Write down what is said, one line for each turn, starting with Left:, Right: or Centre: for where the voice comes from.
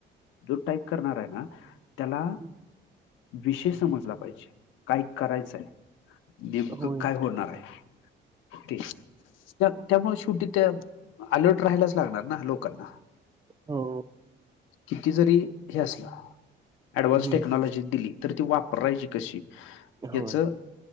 Left: जो टाईप करणार आहे ना त्याला.
Right: हम् <inaudible>
Left: विषय समजला पाहिजे काय करायचं हाय. नेमकं
Right: होय.
Left: काय होणार आहे. ते त्या त्यामुळे शेवटी त्या अलर्ट राहायलाच लागणार ना लोकांना.
Right: हो.
Left: किती जरी हे असलं ऍडव्हान्स
Right: हं,
Left: टेक्नॉलॉजी
Right: हं.
Left: दिली तरी ती वापरायची कशी. याचं
Right: होय.